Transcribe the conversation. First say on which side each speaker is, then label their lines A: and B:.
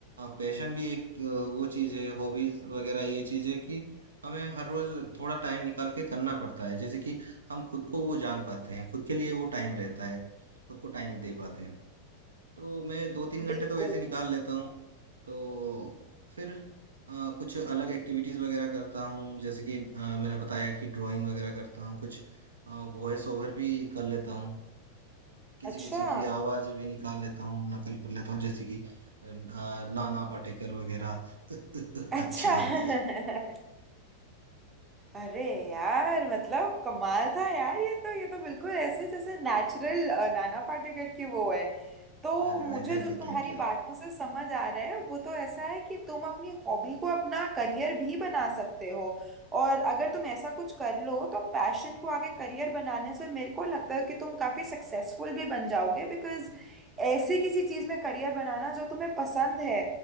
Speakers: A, on the right (about 70°); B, on the right (about 20°).
A: पैशन भी एक अ, वो चीज है हॉबीज वगैरह ये चीज है कि हमें हर रोज थोड़ा टाइम निकाल के करना पड़ता है जैसे कि हम खुद को वो जान पाते हैं खुद के लिए वो टाइम रहता है खुद को टाइम दे पाते हैं तो मैं दो तीन घंटे
B: बिल्कुल
A: तो ऐसे निकाल लेता हूँ तो फिर अ, कुछ अलग एक्टिविटीज वगैरह करता हूँ जैसे कि अ, मैंने बताया कि ड्राइंग वगैरह करता हूँ कुछ वॉइस ओवर भी कर लेता हूँ किसी
B: अच्छा
A: किसी की आवाज भी निकाल लेता हूँ नकल कर लेता हूँ जैसे कि अ, नाना पाटेकर वगैरह <laughs>
B: अच्छा
A: अच्छा
B: <laughs>
A: है
B: अरे यार मतलब कमाल था यार ये तो ये तो बिल्कुल ऐसे जैसे नेचुरल नाना पाटेकर की वो है तो
A: अरे
B: मुझे
A: भाई थैंक
B: जो
A: यू
B: तुम्हारी
A: थैंक यू
B: बातों से समझ आ रहा है वो तो ऐसा है कि तुम अपनी हॉबी को अपना करियर भी बना सकते हो और अगर तुम ऐसा कुछ कर लो तो पैशन को आगे करियर बनाने से मेरे को लगता है कि तुम काफी सक्सेसफुल भी बन जाओगे बिकॉज ऐसी किसी चीज में करियर बनाना जो तुम्हें पसंद है